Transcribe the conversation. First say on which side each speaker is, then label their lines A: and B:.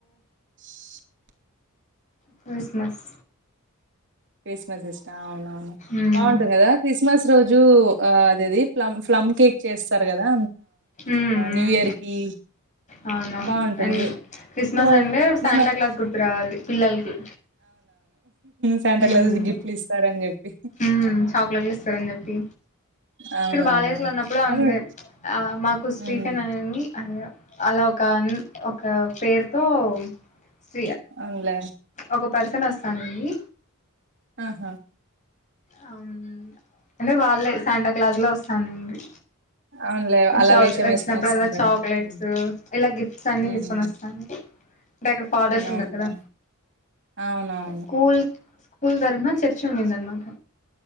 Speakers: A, on the right; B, on the left.
A: <inaudible>
B: క్రిస్మస్
A: క్రిస్మస్ ఇష్టము అవునవును
B: ఉమ్
A: బాగుంటుంది కదా క్రిస్మస్ రోజు ఆ అదది ప్లమ్ ప్లమ్ కేక్ చేస్తారు కదా
B: ఉమ్ ఉమ్
A: న్యూఇయర్ కి
B: అవునవును
A: బాగుంటుంది
B: అని క్రిస్మస్
A: పో
B: అంటే శాంటా
A: నేను
B: క్లాస్ గుర్తు రావాలి పిల్లలకి
A: సాంట
B: ఉమ్
A: క్లాస్ ఐతే గిఫ్ట్లుఇస్తారని చెప్పి
B: ఉమ్ చాక్లెట్లు ఇస్తారని చెప్పి
A: అవునవునవును
B: ఇక్కడ బాలదేశలు ఉన్నప్పుడు అంతే
A: అవును
B: ఆ మాకు స్టీఫెన్
A: హ్మ్.
B: అనీ అ అలా ఒక ఒక పేరుతో స్
A: అవునులే
B: ఒక పర్సన్ వస్తానండి
A: ఆహా
B: అ అంటే వాళ్ళే శాంటా క్లాజ్ లో వస్తానండి
A: అవునులే అలా
B: చాక్
A: వేషం
B: వచ్చినప్పుడు
A: వేసుకుని వస్తాంటారు
B: అలా చాక్లెట్స్
A: ఉమ్,
B: ఇలా గిఫ్ట్స్ అన్ని
A: ఉమ్,
B: తీసుకొని వస్తాను అంటే అక్కడ ఫాదర్స్
A: అవునవునులే
B: ఉన్నారు కదా
A: అవునవును
B: స్కూల్ స్కూల్ తరపన చర్చి చునిందన్మాట